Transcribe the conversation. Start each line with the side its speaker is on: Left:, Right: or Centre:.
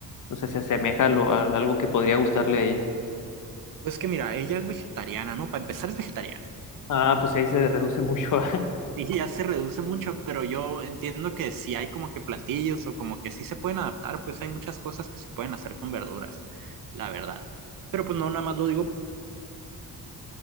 Left: no sé, se asemeja a, lo- a algo que podría gustarle a ella?
Right: Pues que mira, ella es vegetariana, ¿no? Para empezar es vegetariana.
Left: Ah, pues ahí se reduce mucho. <laughs> a-
Right: Y ya se reduce mucho, pero yo entiendo que si hay como que platillos o como que sí se pueden adaptar, pues hay muchas cosas que se pueden hacer con verduras, la verdad. Pero pues no, nada más lo digo